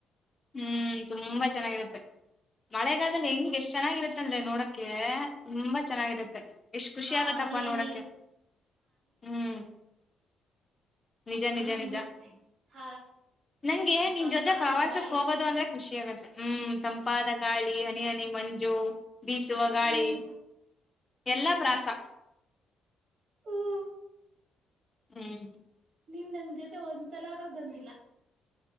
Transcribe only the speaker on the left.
ಹ್ಮ್ ತುಂಬಾ ಚೆನ್ನಾಗಿರುತ್ತೆ ಮಳೆಗಾಲದಲ್ಲಿ ಹೆಂಗ್ಗೆ ಎಷ್ಟ್ ಚೆನ್ನಾಗಿ ಹೇಗಿರುತ್ತೆ ಅಂದ್ರೆ ನೋಡಕ್ಕೆ ತುಂಬಾ ಚೆನ್ನಾಗಿರತ್ತೆ ಎಷ್ಟ್ ಖುಷಿ
ಆಗತ್ತಪ್ಪಾ
ನೋಡಕ್ಕೆ
ಹ್ಮ್. ನಿಜ
ನಿಜ ನಿಜ
ನಂಗೆ ನಿನ್
ಜೊತೆ ಪ್ರವಾಸಕ್
ಹೋಗೋದು ಅಂದ್ರೆ ಖುಷಿ ಆಗು ಹ್ಮ್ ತಂಪಾದ ಗಾಳಿ ಹನಿ ಹನಿ ಮಂಜು ಬೀಸುವ ಗಾಳಿ
ಎಲ್ಲಾ ಪ್ರಾಸ
ಹ್ಮ್.